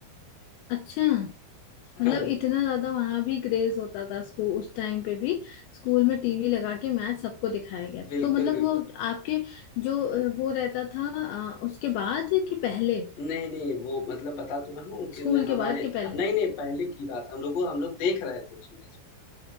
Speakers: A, on the left (about 80°); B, on the left (about 65°).
A: अच्छा
B: <laughs>
A: मतलब
B: हाँ,
A: इतना ज्यादा वहां भी क्रेज होता था स्कूल उस टाइम पे भी स्कूल में टीवी लगा के मैच सबको दिखाया गया था
B: बिल्कुल,
A: तो मतलब
B: बिल्कुल।
A: वो आपके जो अ, वो रहता था अ, उसके बाद कि पहले
B: नहीं, नहीं, वो मतलब बता तो रहा हूँ
A: स्कूल
B: कि न
A: के
B: हमारे
A: बाद के पहले
B: ह नहीं, नहीं, पहले की बात हम लोग को हम लोग देख रहे थे उस मैच को।